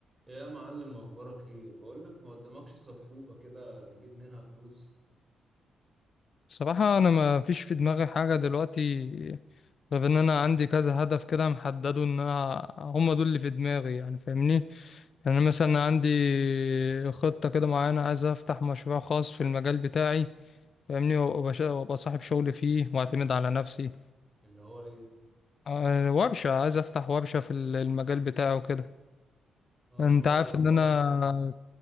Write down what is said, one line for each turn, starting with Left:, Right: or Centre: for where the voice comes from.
Right: يا معلم اخبارك ايه بقول لك ما قدامكش سبوبة كده نجيب منها فلوس
Left: بصراحة أنا ما فيش في دماغي حاجة دلوقتي غير إن أنا عندي كذا هدف كده محدده إن أنا هما دول اللي في دماغي يعني فاهمني يعني مثلا عندي خطة كده معينة عايز أفتح مشروع خاص في المجال بتاعي فاهمني وأبقى وأبقى صاحب شغل فيه وأعتمد على نفسي
Right: اللي هو ايه
Left: آه، ورشة عايز أفتح ورشة في المجال بتاعي وكده
Right: اه
Left: أنت
Right: كويس
Left: عارف
Right: الحوار
Left: إن أنا
Right: ده